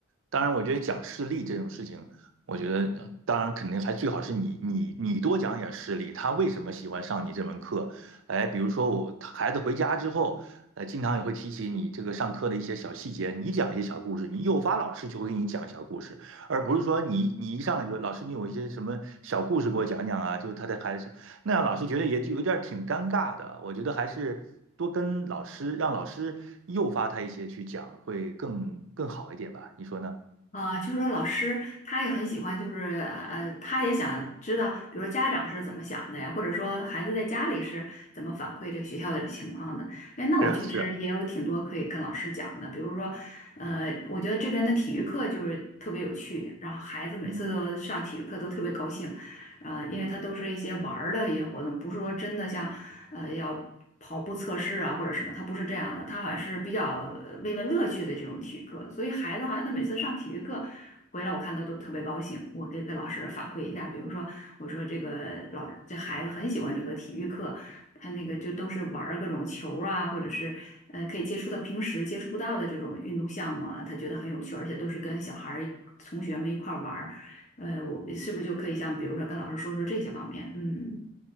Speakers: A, on the right (about 70°); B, on the left (about 35°).
A: 当然，我觉得讲事例这种事情，我觉得呃当然肯定还最好是你你你多讲点事例，他为什么喜欢上你这门课？哎，比如说我孩子回家之后，呃，经常也会提起你这个上课的一些小细节，你讲一些小故事，你诱发老师就会给你讲小故事，而不是说你你一上来就老师你有一些什么小故事给我讲讲啊，就他在孩子那样老师觉得也就有点儿挺尴尬的。我觉得还是多跟老师，让老师诱发他一些去讲，会更更好一点吧？你说呢？
B: 啊，就是说老师他也很喜欢，就是呃，他也想知道，比如说家长是怎么想的呀，或者说孩子在家里是怎么反馈这个学校的情况的。哎，那我确实也有挺多可以跟老师讲的，
A: 是啊，是啊，
B: 比如说，呃，我觉得这边的体育课就是特别有趣，然后孩子每次都上体育课都特别高兴。
A: 嗯。
B: 呃，因为它都是一些玩儿的一些活动，
A: 嗯
B: 不是说真的像呃要跑步测试啊或者什么，它不是这样的，它好像是比较呃为了乐趣的这种体育课，所以孩子好像他每次上体育课。回来我看他都特别高兴，我可以跟老师反馈一下，比如说我说这个老这孩子很喜欢这个体育课，他那个就都是玩儿各种球儿啊，或者是呃可以接触到平时接触不到的这种运动项目啊，他觉得很有趣，而且都是跟小孩儿同学们一块儿玩儿。呃，我是不是就可以像比如说跟老师说说这些方面？嗯